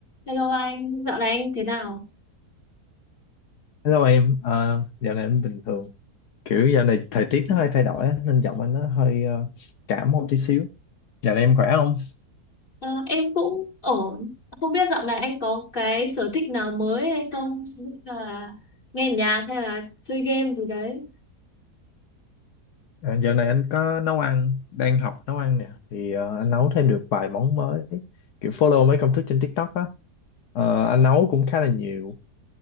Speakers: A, on the left (about 30°); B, on the left (about 80°).
A: Hello anh, dạo này anh thế nào?
B: Hello em, ờ, dạo này anh bình thường. Kiểu dạo này thời tiết nó hơi thay đổi á, nên giọng anh nó hơi ờ, cảm một tí xíu. Dạo này em khỏe không?
A: Ờ, em cũng ổn. Không biết dạo này anh có cái sở thích nào mới hay không? Ví dụ như là nghe nhạc hay là chơi game gì đấy.
B: Ờ, dạo này anh có nấu ăn, đang học nấu ăn nè. Thì ờ, anh nấu thêm được vài món mới. Kiểu follow mấy công thức trên TikTok á. Ờ, anh nấu cũng khá là nhiều.